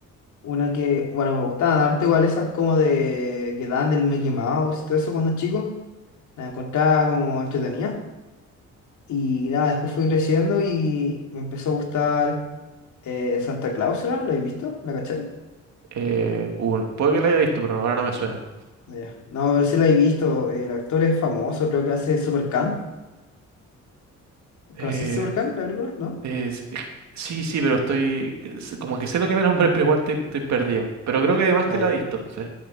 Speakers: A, on the left (about 70°); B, on the right (about 65°).
A: Una que, bueno, me gustaban harto igual esas como de que daban del Mickey Mouse y todo eso cuando chico. La encontraba como entretenida. Y nada, después fui creciendo y me empezó a gustar eh, Santa Claus ¿la he visto? ¿La cachai?
B: Eh, un- puede que la haya visto, pero ahora no me suena.
A: Ya. No, a ver si la he visto. El actor es famoso, creo que hace Supercan.
B: Eh,
A: ¿Conocís Supercan, la película? ¿No?
B: es- es- sí, sí, pero estoy. es Como que sé lo que me nombré, pero igual estoy, estoy perdido. Pero creo que además
A: Ah,
B: que la
A: ya.
B: he visto, sí.